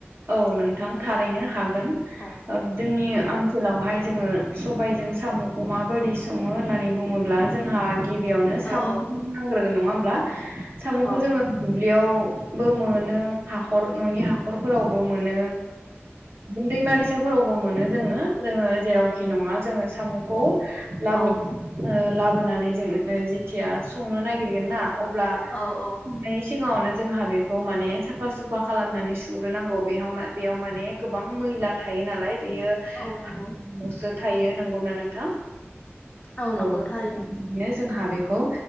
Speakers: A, on the right (about 60°); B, on the left (about 25°).
A: औ नोंथां थारैनो हागोन
B: औ
A: ओ जोंनि ओन सोलावहाय जोङो सबायजों साम'खौ माबोरै सङो होननानै बुङोब्ला जोंहा गिबियावनो साम'खौ
B: औ औ
A: नांग्रोगोन नङा होमब्ला साम'खौ
B: औ
A: जोङो दुब्लियावबो मोनो हाखर न'नि हाखरफोरावबो मोनो दैमा दैसाफोरावबो मोनो जोङो जोङो जेरावखि नङा जोङो साम'खौ लाबो
B: औ
A: ओ लाबोनानै जोङो जेथिया संनो नागिरगोन ना अब्ला
B: औ औ
A: संनाय सिगाङावनो जोंहा बेखौ माने साफा सुफा खालामनानै सु सुग्रोनांगौ बे बेयाव माने गोबां मैला थायो नालाय बेयो
B: औ नंगौ
A: <inaudible> थायो नंगौना नोंथां
B: औ
A: औ
B: नंगौ थारैनो
A: <inaudible> जोंहा बेखौ